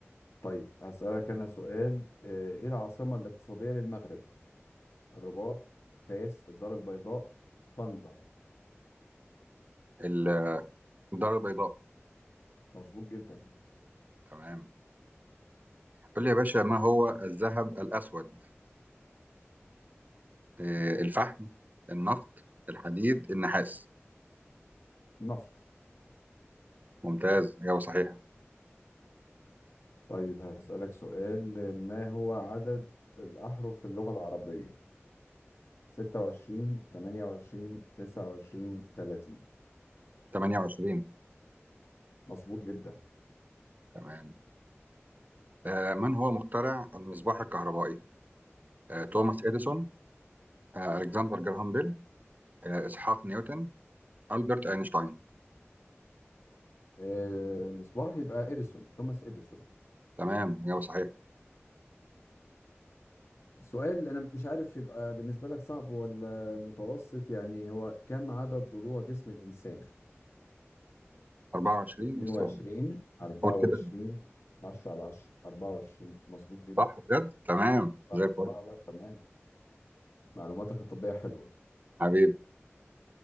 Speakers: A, on the left; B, on the right.
A: طيب هسالك انا سؤال آه، ايه العاصمه الاقتصاديه للمغرب الرباط فاس الدار البيضاء طنجة
B: ال- الدار البيضاء
A: مظبوط جدا
B: تمام قول لي يا باشا ما هو الذهب الاسود آه الفحم النفط الحديد النحاس
A: نفط
B: ممتاز اجابه صحيحه
A: طيب هسالك سؤال آه، ما هو عدد الاحرف في اللغه العربيه ستة وعشرين تمانية وعشرين تسعة وعشرين تلاتين
B: 28
A: مظبوط جدا
B: تمام آه من هو مخترع المصباح الكهربائي آه توماس اديسون آه الكسندر جراهام بيل آه اسحاق نيوتن البرت اينشتاين
A: آه، مصباح يبقى إديسون توماس إديسون
B: تمام اجابه صحيحه
A: سؤال أنا مش عارف يبقى بالنسبة لك صعب ولا متوسط يعني هو كم عدد ضلوع جسم الإنسان؟
B: 24
A: 22
B: بس
A: 24
B: قول كده
A: 10 على 10 24 مظبوط جدا
B: صح بجد تمام
A: صح
B: زي الفل
A: اه لا تمام معلوماتك الطبية حلوة
B: حبيب